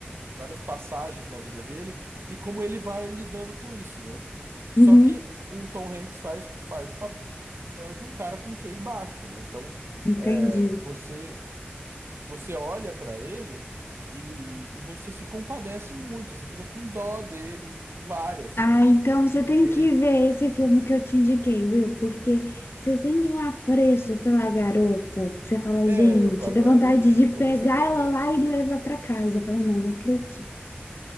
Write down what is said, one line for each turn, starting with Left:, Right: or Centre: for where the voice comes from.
Right: várias passagens na vida dele e como ele vai lidando com isso, né? Só
Left: uhum.
Right: que o Tom Hanks faz, faz papel de um cara com QI baixo, né? Então,
Left: Entendi.
Right: é, você você olha para ele e, e você se compadece muito, você fica com dó dele em várias cenas,
Left: Ah, então você
Right: porque
Left: tem
Right: ele,
Left: que ver esse filme que eu te indiquei, Will, porque você sente um apreço pela garota, que você fala,
Right: é,
Left: gente,
Right: eu agora
Left: dá vontade
Right: eu vou ver,
Left: de pegar
Right: vou ver se eu vejo,
Left: ela lá e levar pra casa. Eu falo, não, não acredito.